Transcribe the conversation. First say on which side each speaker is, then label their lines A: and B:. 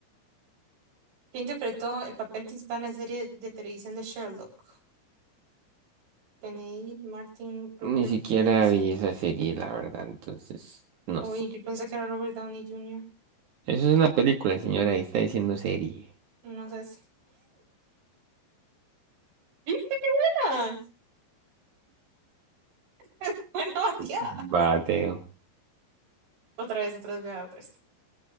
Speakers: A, on the right; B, on the right.
A: ¿Quién interpretó el papel principal en la serie de televisión de Sherlock? Benedict Martin, Rupert
B: Ni siquiera
A: Graves.
B: vi esa serie, la verdad, entonces, no
A: Uy,
B: sé.
A: yo pensé que era Robert Downey Jr.
B: Eso es una película, señora, y está diciendo serie.
A: No sé si. ¿Viste qué buena? <laughs> Buena bateada.
B: Bateo.
A: Otra vez, otra vez, vea, otra vez.